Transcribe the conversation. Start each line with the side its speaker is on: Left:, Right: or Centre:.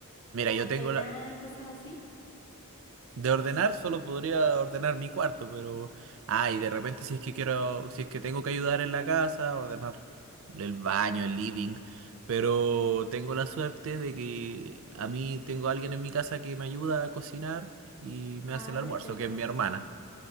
Right: Mira,
Left: ¿O
Right: yo
Left: ordenar
Right: tengo la,
Left: cosas así?
Right: De ordenar, solo podría ordenar mi cuarto, pero. Ah, y de repente, si es que quiero. Si es que tengo que ayudar en la casa, ordenar el baño, el living. Pero tengo la suerte de que a mí tengo alguien en mi casa que me ayuda a cocinar y me
Left: Ah,
Right: hace el almuerzo,
Left: perfecto.
Right: que es mi hermana.